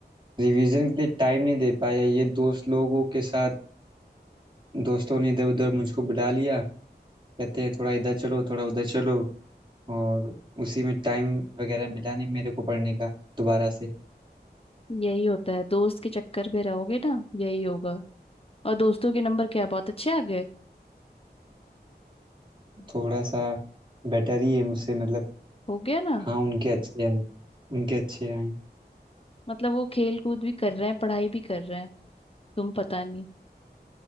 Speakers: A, on the right (about 25°); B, on the left (about 35°).
A: रिवीजन के लिए टाइम नहीं दे पाया ये दोस्त लोगों के साथ दोस्तों ने इधर उधर मुझको बुला लिया कहते हैं थोड़ा इधर चलो थोड़ा उधर चलो और उसी में टाइम वगैरह मिला नहीं मेरे को पढ़ने का दोबारा से
B: यही होता है दोस्त के चक्कर में रहोगे ना यही होगा और दोस्तों के नंबर क्या बहुत अच्छे आ गए
A: थोड़ा सा बेटर ही है मुझसे मतलब
B: हो गया ना
A: हाँ उनके अच्छे हैं उनके अच्छे आए
B: मतलब वो खेल कूद भी कर रहे हैं पढ़ाई भी कर रहे हैं तुम पता नहीं